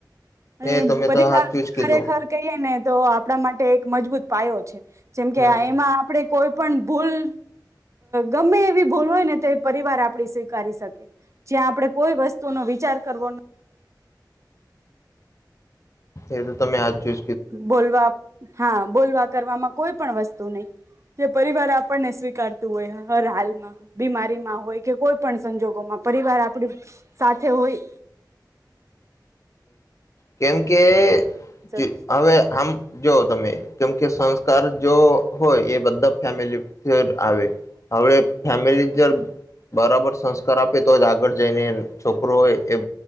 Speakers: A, on the right; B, on the left.
A: અને
B: એ તમે
A: પરિવાર
B: તો હાચું જ કીધું
A: ખરેખર કહીએ ને તો આપણા માટે એક. મજબૂત પાયો છે જેમ
B: હમ
A: કે એમાં આપડે કોઈ પણ ભૂલ ગમે એવી ભૂલ હોય ને તો પરિવાર આપડી સ્વીકારી શકે. જ્યાં આપડણે કોઈ વસ્તુનો વિચાર કરવો ન
B: એ તો તમે હાચૂ
A: બોલવા હા બોલવા કરવામાં કોઈ પણ વસ્તુ નહી. જે પરિવાર આપણને સ્વીકારતું હોય હર હાલમાં બીમારીમાં હોય. કે કોઈ પણ સંજોગોમાં પરિવાર આપડી સાથે હોય
B: કેમ કે
A: શકે
B: જી હવે આમ જોઓ તમે કેમ કે સંસ્કાર જો હોય. એ બધા ફેમિલી પર આવે હવે ફેમિલી જ બરાબર સંસ્કાર આપે તો જ આગળ જઈને છોકરો હોય એ